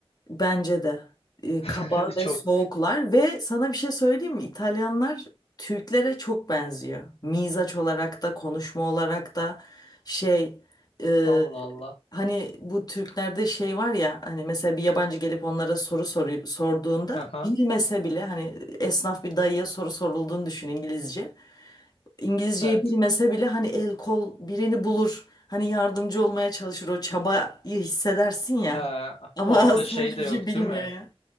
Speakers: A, on the left; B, on the left.
A: Bence de. Ee,
B: <laughs>
A: kaba ve
B: Çok.
A: soğuklar ve sana bir şey söyleyeyim mi? İtalyanlar Türklere çok benziyor. Mizaç olarak da konuşma olarak da şey e,
B: Allah Allah.
A: hani bu Türklerde şey var ya hani mesela bir yabancı gelip onlara soru soru sorduğunda
B: Hı hı.
A: bilmese bile hani esnaf bir dayıya soru sorulduğunu düşün İngilizce. İngilizceyi
B: Evet.
A: bilmese bile hani el kol birini bulur. Hani yardımcı olmaya çalışır o çabayı hissedersin ya.
B: Ha,
A: Ama
B: orada
A: <laughs> aslında
B: şey
A: hiçbir
B: de yok
A: şey bilmiyor
B: değil mi?
A: ya.